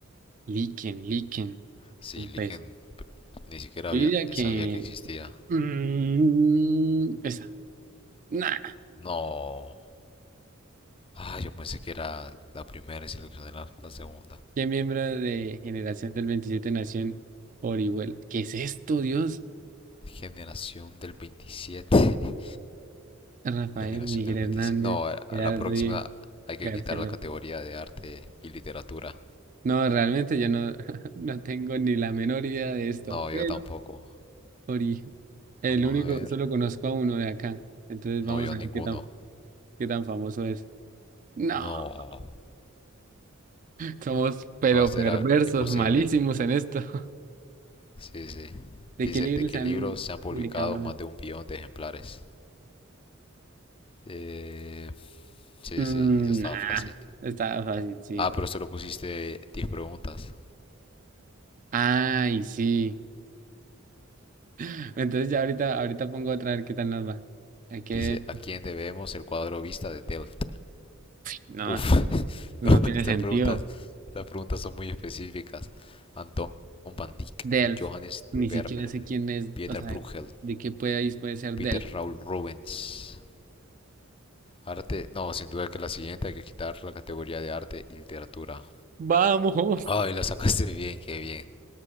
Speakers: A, on the right; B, on the left.
A: Líquen, líquen,
B: Sí,
A: un
B: Liken
A: pez.
B: ni siquiera
A: Yo
B: había-
A: diría que
B: sabía que existía.
A: mm, esa. Nah.
B: No. Ah, yo pensé que era la primera y seleccioné la, la segunda.
A: ¿Qué miembro de Generación del veintisiete nació en Orihuela? ¿Qué es esto, Dios?
B: Generación del veintisiete, <laughs>
A: Rafael
B: Generación
A: Miguel
B: del veintisiete.
A: Hernández,
B: No, a
A: Gerardo
B: la próxima
A: Diego
B: hay que
A: García
B: quitar
A: Lorca.
B: la categoría de arte y literatura.
A: No, realmente yo no, <laughs> no tengo ni la menor idea de esto.
B: No,
A: Pero
B: yo tampoco.
A: Ori, el
B: Vamos
A: único,
B: a ver.
A: solo conozco a uno de acá. Entonces
B: No,
A: vamos
B: yo
A: a
B: ninguno.
A: ver qué tan, qué tan famoso es. No,
B: No,
A: somos pero
B: no, eso
A: perversos,
B: era imposible.
A: malísimos en esto. <laughs>
B: Sí, sí.
A: ¿De
B: Dice,
A: qué libros
B: de qué
A: se
B: libros
A: han
B: se han publicado
A: publicado más?
B: más de un billón de ejemplares. Eh, sí,
A: Mm,
B: sí, eso estaba
A: nah,
B: fácil.
A: está fácil, sí.
B: Ah, pero solo pusiste 10 preguntas.
A: Ay, sí. <gasps> <laughs> Entonces ya ahorita, ahorita pongo otra a ver qué tal nos va. Hay que...
B: Dice, ¿a quién debemos el cuadro Vista de Delft?
A: No,
B: Uf,
A: eso
B: <laughs>
A: no
B: no,
A: tiene
B: estas
A: sentido.
B: preguntas, estas preguntas son muy específicas. Anton van Dyck,
A: Delf.
B: Johannes
A: Ni
B: de Vermeer,
A: siquiera sé quién es,
B: Pieter
A: o sea,
B: Bruegel,
A: de qué país puede ser
B: Peter
A: Delf.
B: Raul Rubens. Arte, no, sin duda que la siguiente hay que quitar la categoría de arte y literatura.
A: ¡Vamos!
B: Ay, lo sacaste <laughs> bien, qué bien.